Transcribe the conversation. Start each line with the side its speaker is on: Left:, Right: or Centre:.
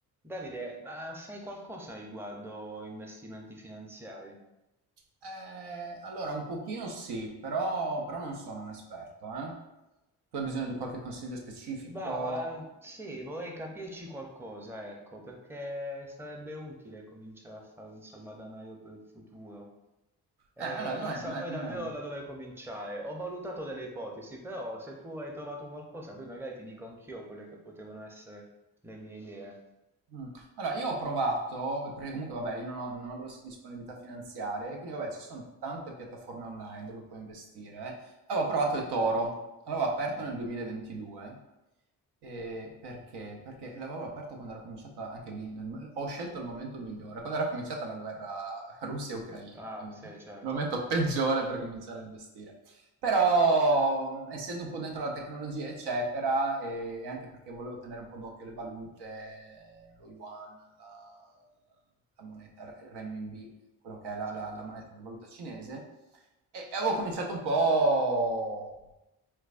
Centre: Davide, ma sai qualcosa riguardo investimenti finanziari?
Right: Eh, allora, un pochino sì, però, però non sono un esperto, eh. Tu hai bisogno di qualche consiglio specifico?
Centre: Beh, Sì, vorrei capirci qualcosa, ecco, perché sarebbe utile cominciare a fare un salvadanaio per il futuro. Eh,
Right: Eh, allora, non
Centre: non
Right: è,
Centre: saprei
Right: non è- non
Centre: davvero
Right: è-
Centre: da dove cominciare. Ho valutato delle ipotesi, però se tu hai trovato qualcosa, poi magari ti dico anch'io quelle che potevano essere le mie idee.
Right: Mh. Allora, io ho provato perché comunque vabbè, io non ho non ho grosse disponibilità finanziarie e quindi vabbè, ci son tante piattaforme online dove puoi investire. eh. Avevo provato eToro, l'avevo aperto
Centre: Mhm.
Right: nel 2022, ehm, perché? Perché l'avevo aperto quando era cominciata anche lì, nel m ho scelto il momento migliore, quando era cominciata la guerra <laughs> Russia-Ucraina,
Centre: Ah,
Right: quindi
Centre: sì,
Right: il
Centre: certo,
Right: momento peggiore per cominciare a investire però essendo un po' dentro la tecnologia eccetera e, e anche perché volevo tenere un po' d'occhio le valute, lo yuan, la, la moneta renminbi, quello che è la,
Centre: certo.
Right: la, la moneta, la valuta cinese, e, e avevo cominciato un po'